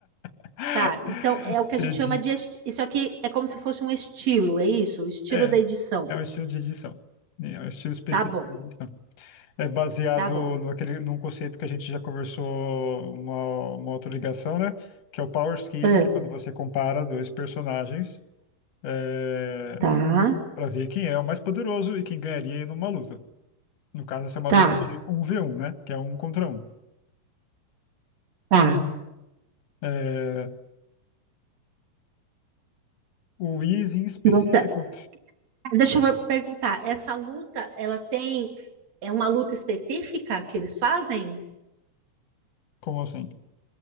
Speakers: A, on the left; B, on the right.
A: <laughs>
B: Tá, então é o que a gente
A: Edit,
B: chama de. est- Isso aqui é como se fosse um estilo, é isso? O estilo
A: é,
B: da edição.
A: é um estilo de edição, né? é um estilo específico
B: Tá bom,
A: de edição. É baseado
B: tá bom.
A: naquele, num conceito que a gente já conversou uma, uma outra ligação, né? Que é o power scaling,
B: Ah,
A: que é quando você compara dois personagens. é,
B: tá,
A: para ver quem é o mais poderoso e quem ganharia em uma luta. No caso, essa é uma
B: tá,
A: luta de 1v1, né? Que é um contra um.
B: tá.
A: É, o Easy em específico,
B: Nossa, ah, deixa eu perguntar, essa luta, ela tem. É uma luta específica que eles fazem?
A: como assim?